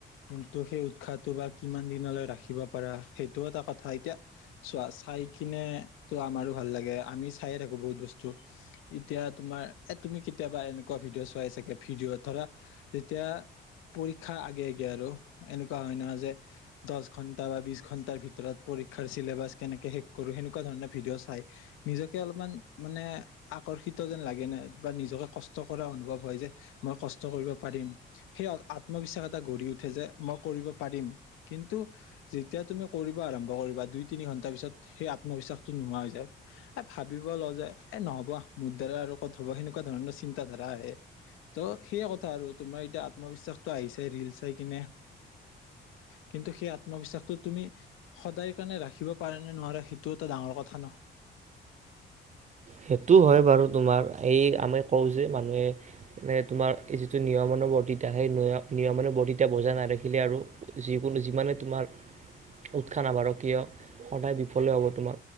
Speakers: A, on the left; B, on the right.
A: কিন্তু সেই উৎসাহটো বা কিমান দিনলৈ ৰাখিব পাৰা সেইটো এটা কথা এতিয়া চোৱা। খাই কিনে তো আমাৰো ভাল লাগে আমি চায়ে থাকোঁ বহুত বস্তু এতিয়া তোমাৰ- তুমি কেতিয়াবা এনেকুৱা ভিডিঅ' চোৱাই চাগে ভিডিঅ' ধৰা যেতিয়া পৰীক্ষা আগে আগে আৰু এনেকুৱা হয় নহয় যে দহ ঘন্টা বা বি ঘন্টাৰ ভিতৰত- পৰীক্ষা ছেলেবাচ কেনে সেক আৰু সেনে কোৱা ধৰণ ভীডিয় চাই নিজকে অলপ মান অ <unintelligible> যে লাগে ন বা নিজেষ্ট কষ্ট কৰা অনোভপ হয় যে মই কৰিব পাৰিম সেই অবিশ্বাস এটা গডীউঠে যে দিব পাৰিম কিন্তু যেতিয়া তুমি কৰিব আৰম্ভ কৰিবা যে দুই তিনি ঘণ্টা পিছত সেই আত্মবিশ্বাস কৰি- নোহোৱা হৈ যায় ভাবিব ল যে এ নহব মুদ দাৰা আৰু ক'ত হ'ব সেনেকুৱা ধৰণৰ চিন্তা। ধাৰা আহে ত' সেই কথা আৰু তোমাৰ এতিয়া আত্মবিশ্বাসটো আহিছোই ৰিল চাই কিনে। কিন্তু সেই আত্মবিশ্বাসটো তুমি সদায় কাৰণে ৰাখিব পাৰা নে নোৱাৰে সেইটো এটা। ডাঙৰ কথা ন।
B: সেইটো হয় বাৰু তোমাৰ এই আমি কওঁ যে মানুহে মান তোমাৰ এই যিটো নিয়ম। ৰ্ত সেই নিয়মান বৰ্ততিা বজা নাৰাখিলে আৰু যিকোনো যিমানে তোমাৰ- উৎসাহ নাবাৰ কিয় সদায় বিফল হব তোমাৰ